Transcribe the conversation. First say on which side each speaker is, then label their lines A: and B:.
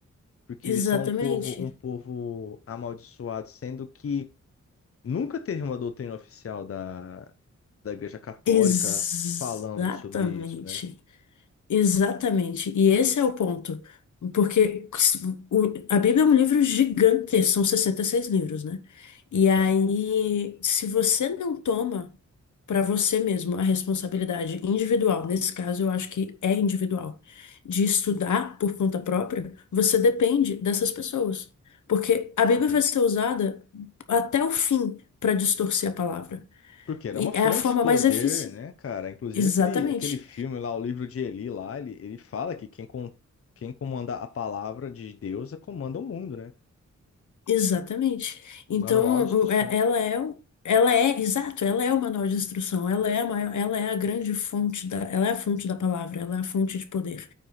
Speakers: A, on the left (about 50°); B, on the left (about 85°).
A: porque
B: exatamente.
A: eles são um povo, um povo amaldiçoado, sendo que nunca teve uma doutrina oficial da, da Igreja Católica
B: Exatamente.
A: falando sobre isso, né?
B: Exatamente, e esse é o ponto, porque o- a Bíblia é um livro gigante, são 66 livros, né? E
A: Então,
B: aí, se você não toma para você mesmo a responsabilidade individual, nesse caso eu acho que é individual, de estudar por conta própria, você depende dessas pessoas, porque a Bíblia
A: olha
B: vai
A: aí.
B: ser usada até o fim para distorcer a palavra,
A: porque era
B: e
A: uma fonte
B: é a forma
A: de poder,
B: mais eficiente.
A: né, cara? Inclusive
B: Exatamente.
A: aquele, aquele filme lá, o livro de Eli lá, ele, ele fala que quem, com quem comanda a palavra de Deus comanda o mundo, né?
B: Exatamente.
A: O
B: Então,
A: manual de instruções.
B: o- é- ela é, o- ela é, exato, ela é o manual de instrução, ela é a maior, ela é a grande fonte da, ela é a fonte da palavra, ela é a fonte de poder.